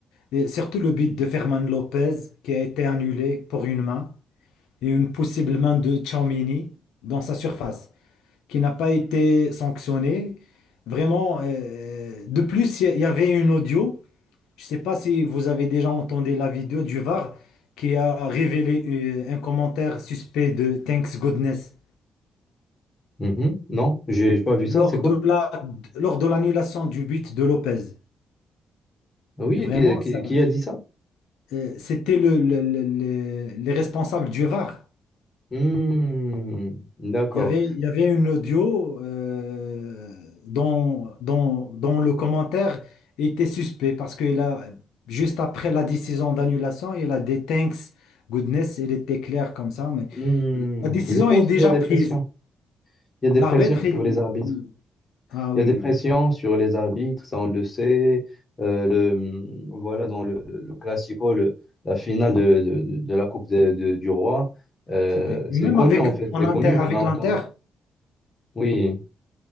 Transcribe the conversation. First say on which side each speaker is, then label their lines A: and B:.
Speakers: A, on the left (about 80°); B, on the left (about 40°).
A: et surtout le but de Ferman Lopez qui a été annulé pour une main et une possible main de Tchouaméni dans sa surface. qui n'a pas été sanctionné. Vraiment, euh, de plus, il y il y avait une audio. Je ne sais pas si vous avez déjà entendu la vidéo du VAR qui a révélé euh, un commentaire suspect de Thanks Goodness
B: Mhm. Non, j'ai j'ai pas vu ça,
A: lors
B: c'est quoi?
A: de la, lors de l'annulation du but de Lopez.
B: Ah Oui,
A: Et Vraiment,
B: qui, qui-
A: ça,
B: qui a dit ça?
A: euh, c'était le, le- le- le- les responsables du VAR.
B: Hmm, d'accord.
A: Il y avait, il y avait une audio euh, dont, dont- dont le commentaire était suspect parce qu'il a, juste après la décision d'annulation, il a des thanks, goodness, il était clair comme ça, mais
B: Hmm,
A: la décision
B: Je pense
A: est déjà
B: qu'il y a des
A: prise.
B: pressions. Il y a des
A: L'arbitre,
B: pressions sur
A: il-
B: les arbitres.
A: il- ah oui,
B: Il y a des
A: oui,
B: pressions
A: oui,
B: sur les arbitres, ça on le sait. Euh, le, voilà, dans le, le, le Classico, le- la finale de, de, de- de la Coupe de- de- du Roi, euh,
A: c'est vrai. Et
B: c'est
A: même
B: connu
A: avec,
B: en fait,
A: en
B: c'est
A: inter-
B: connu,
A: avec
B: on a entendu.
A: l'Inter,
B: Oui,